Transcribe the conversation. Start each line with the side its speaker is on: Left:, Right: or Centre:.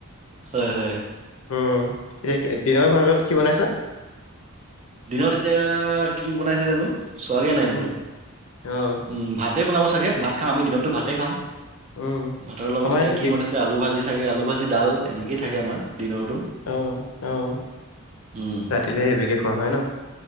Right: হয় হয়
Left: উম এতিয়া দিনৰ ভ আাগত কি বনাইছা
Right: দিনত এতিয়া কি বনাইছে জানো চোৱাগে নাই
Left: উম,
Right: মই
Left: অ',
Right: উম ভাতে বনাব চাগে ভাত খা আমি দিনতো ভাতে খাওঁ
Left: উম।
Right: ভাতৰ লগত
Left: আমাৰ
Right: এতিয়া
Left: এইটো
Right: কি
Left: দি
Right: বনাইছে আলু ভাজি চাগে আলু ভাজি ডাল এনেকে থাকে আমাৰ দিনৰতো
Left: আহ আহ
Right: উম।
Left: ৰাতি এহে সেবকে খোৱা হয় ন